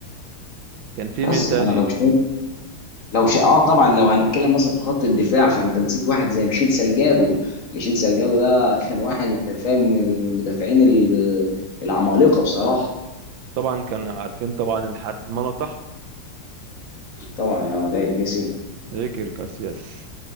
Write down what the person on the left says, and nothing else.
بس
فانا لو شايف لو ش... اه طبعا لو هنتكلم مثلا في خط الدفاع فانت نسيت واحد زي ميشيل سالجادو ميشيل سالجادو ده كان واحد انت فاهم من المدافعين ال- العمالقه بصراحه
طبعا يا ما ده يتنسي